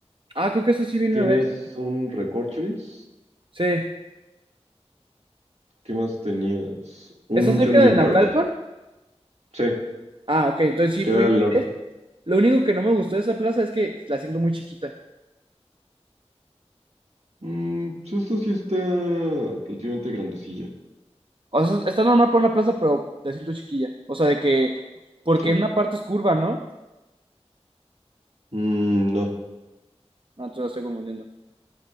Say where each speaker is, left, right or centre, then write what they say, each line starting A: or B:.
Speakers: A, on the right; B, on the right.
A: Ah, creo que eso sí vino
B: Tienes
A: una vez.
B: un Recorcholis,
A: Sí.
B: ¿qué más tenías? Un
A: ¿Está cerca
B: Jumping
A: de Naucalpan?
B: Park, sí,
A: Ah, ok, entonces sí
B: queda
A: fui. una
B: al norte.
A: vez. Lo único que no me gustó de esa plaza es que la siento muy chiquita.
B: Mm, pues esta sí está relativamente grandecilla.
A: O sea, está normal para una plaza, pero la siento chiquilla. O sea, de que, porque
B: ¿Sí?
A: en una parte es curva, ¿no?
B: Mm, no,
A: No, te la estoy confundiendo.